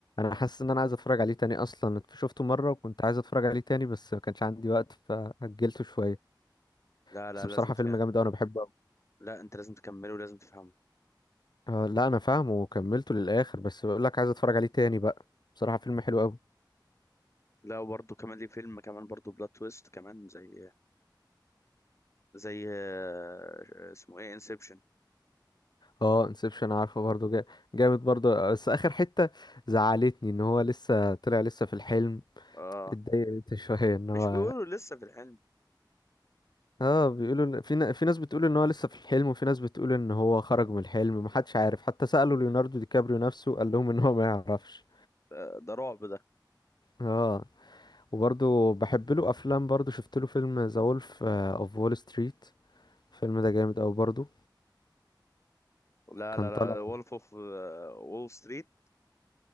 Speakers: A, on the left; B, on the left.
A: انا حاسس ان انا عايز اتفرج عليه تاني اصلا شفته مرة وكنت عايز اتفرج عليه تاني بس ما كانش عندي وقت فأجلته شوية
B: لا لا
A: بس بصراحة
B: لازم تك...
A: فيلم جامد قوي انا بحبه قوي
B: لا انت لازم تكمله ولازم تفهمه
A: آه لا انا فاهمه وكملته للاخر بس بقول لك عايز اتفرج عليه تاني بقى بصراحة فيلم حلو قوي
B: لا وبرضه كمان ليه فيلم كمان برضه بلوت تويست كمان زي زي آه، اسمه ايه انسبشن
A: اه انسبشن عارفه برضو جا... جامد برضو بس اخر حتة زعلتني ان هو لسه طلع لسه في الحلم
B: اه
A: اتضايقت شوية ان هو
B: مش بيقولوا لسه في العلم
A: اه بيقولوا إن- في ن- في ناس بتقول ان هو لسه في الحلم وفي ناس بتقول ان هو خرج من الحلم محدش عارف حتى سألوا ليوناردو دي كابريو نفسه قال لهم ان هو ما يعرفش
B: آه، ده رعب ده
A: اه وبرضه بحب له افلام برضه شفت له فيلم ذا وولف اوف وول ستريت الفيلم ده جامد قوي برضه
B: لا
A: كان
B: لا
A: طالع
B: لا وولف اوف وول ستريت